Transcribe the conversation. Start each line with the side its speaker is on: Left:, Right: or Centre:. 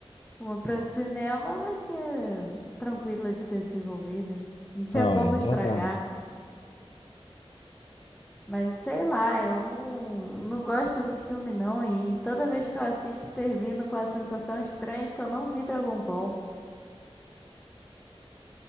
Centre: uma para cinema vai ser tranquila de ser desenvolvida. Não tinha
Left: Não,
Centre: como
Left: é verdade.
Centre: estragar. Mas sei lá, eu não, não gosto desse filme não. E toda vez que eu assisto, termino com a sensação estranha de que eu não vi Dragon Ball.